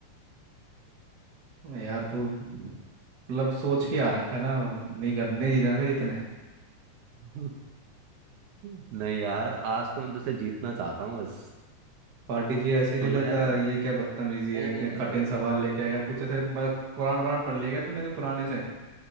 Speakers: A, on the right (about 45°); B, on the right (about 75°).
A: यार तू मतलब सोच ही आ रखा है ना नहीं कर नहीं जीतना का जीतने
B: <laughs> नहीं यार आज तो मैं तुझसे जीतना चाहता हूँ बस
A: पार्टी जी ऐसे ही
B: सुना
A: ले लेता
B: है ना
A: है, ये क्या बदतमीजी है
B: नहीं
A: इतने
B: नहीं नहीं
A: कठिन
B: नहीं
A: सवाल लेके आएगा कुछ ऐसे मतलब पुराण पुराण पढ़ लिएगा तूने कोई पुराने से